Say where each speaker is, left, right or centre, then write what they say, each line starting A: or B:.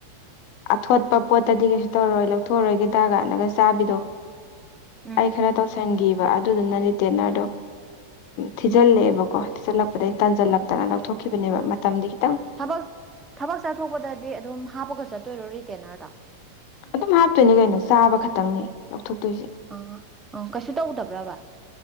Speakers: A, on the left; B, on the right.
A: ꯑꯊꯣꯠꯄ ꯄꯣꯠꯇꯗꯤ ꯀꯩꯁꯨ ꯇꯧꯔꯔꯣꯏ ꯂꯧꯊꯣꯛꯔꯣꯏꯒꯦꯗꯒꯅꯒ ꯆꯥꯕꯤꯗꯣ
B: ꯎꯝ
A: ꯑꯩ ꯈꯔ ꯇꯧꯁꯟꯈꯤꯕ ꯑꯗꯨꯗꯨꯅ ꯔꯤꯇꯦꯅꯔꯗꯣ
B: ꯎꯝ
A: ꯊꯤꯖꯤꯜꯂꯛꯑꯦꯕꯀꯣ
B: ꯎꯝ
A: ꯊꯤꯆꯜꯂꯛꯄꯗꯒꯤ ꯇꯥꯟꯁꯤꯜꯂꯛꯇꯅ ꯂꯧꯊꯣꯛꯈꯤꯕꯅꯦꯕ
B: ꯎꯝ
A: ꯃꯇꯝꯗꯤ ꯈꯤꯇꯪ
B: ꯊꯕꯛ ꯊꯕꯛ ꯆꯠꯊꯣꯛꯄꯗꯗꯤ ꯑꯗꯨꯝ ꯍꯥꯞꯄꯒ ꯆꯠꯇꯣꯏꯔꯣ ꯔꯤꯇꯦꯅꯔꯗꯣ
A: ꯑꯗꯨꯝ ꯍꯥꯞꯇꯣꯏꯅꯦ ꯀꯩꯅꯣ ꯆꯥꯕ ꯈꯛꯇꯪꯅꯤ ꯂꯧꯊꯣꯛꯇꯣꯏꯁꯦ
B: ꯑ ꯑ ꯀꯩꯁꯨ ꯇꯧꯗꯕ꯭ꯔꯕ